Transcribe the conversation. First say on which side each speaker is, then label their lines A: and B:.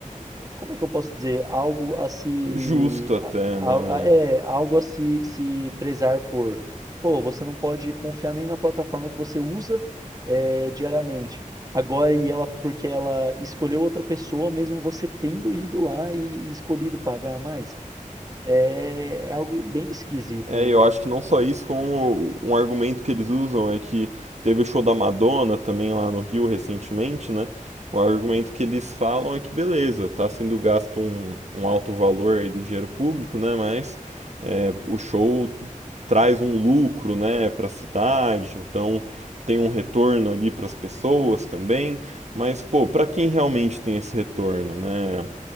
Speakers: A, on the right; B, on the right.
A: como é que eu posso dizer? Algo a se.
B: Justo até,
A: a- a-
B: né?
A: a- é, algo a se, se prezar por. Pô, você não pode confiar nem na plataforma que você usa é, diariamente. Agora, e ela, porque ela escolheu outra pessoa, mesmo você tendo ido lá e, e escolhido pagar mais. É, é algo bem esquisito,
B: É,
A: né?
B: eu acho que não só isso, como um argumento que eles usam é que teve o show da Madonna também lá no Rio recentemente, né? O argumento que eles falam é que beleza, tá sendo gasto um, um alto valor aí do dinheiro público, né? Mas é, o show traz um lucro, né, para a cidade, então tem um retorno ali para as pessoas também, mas pô, para quem realmente tem esse retorno, né?